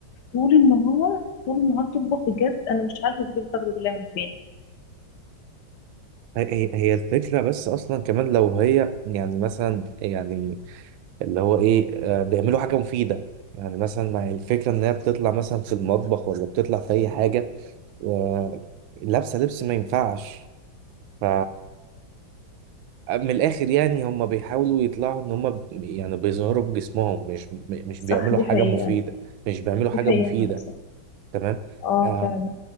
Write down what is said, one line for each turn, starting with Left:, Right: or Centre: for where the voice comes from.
Left: طول النهار طول النهار تطبخ بجد أنا مش عارفة تجيب الطاقة دي كلها من فين
Right: هي هي هي الفكرة بس أصلا كمان لو هي يعني مثلا يعني اللي هو إيه آه، بيعملوا حاجة مفيدة يعني مثلا مع الفكرة إن هي بتطلع مثلا في المطبخ ولا بتطلع في أي حاجة آه، لابسة لبس ما ينفعش ف من الآخر يعني هم بيحاولوا يطلعوا إن هم يعني بيظهروا بجسمهم مش مش
Left: صح
Right: بيعملوا
Left: دي
Right: حاجة
Left: حقيقة
Right: مفيدة مش بيعملوا
Left: دي
Right: حاجة
Left: حقيقة
Right: مفيدة
Left: مع الأسف
Right: تمام
Left: اه
Right: آه،
Left: فعلا